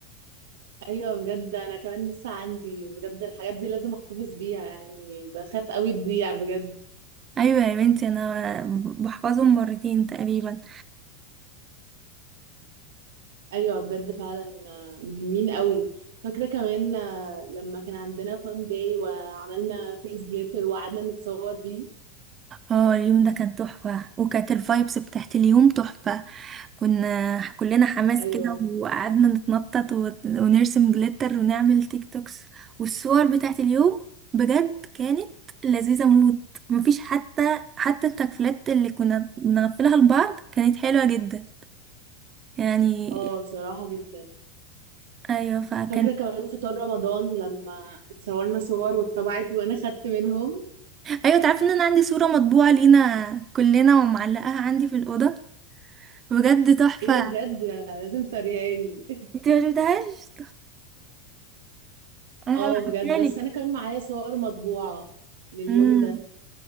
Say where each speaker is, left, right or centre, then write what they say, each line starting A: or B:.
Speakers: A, on the right; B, on the right.
A: ايوه بجد انا كمان لسه عندي بجد الحاجات دي لازم احتفظ بيها يعني بخاف قوي تضيع بجد
B: ايوه يا بنتي انا بحفظهم مرتين تقريبا
A: ايوه بجد فعلا آه، مهمين قوي فاكره كمان آه، لما كان عندنا فان داي وعملنا فيس جليتر وقعدنا نتصور بيه
B: اه اليوم ده كان تحفه وكانت الفايبس بتاعت اليوم تحفه كنا كلنا حماس
A: ايوه
B: كده وقعدنا نتنطط وت- ونرسم جليتر ونعمل تيك توكس والصور بتاعت اليوم بجد كانت لذيذه موت مفيش حتى حتى التكفلات اللي كنا بنغفلها لبعض كانت حلوه جدا يعني
A: اه بصراحه جدا
B: ايوه فكان
A: فاكره كمان فطار رمضان لما اتصورنا صور واتطبعت وانا خدت منهم
B: ايوه تعرفي ان انا عندي صوره مطبوعه لينا كلنا ومعلقاها عندي في الاوضه بجد تحفة
A: ايه ده بجد آه، لازم توريهاني <laughs>
B: انت ما شفتهاش انا
A: اه
B: هبعتها
A: بجد
B: لك
A: بس انا كمان معايا صور مطبوعه لليوم
B: امم
A: ده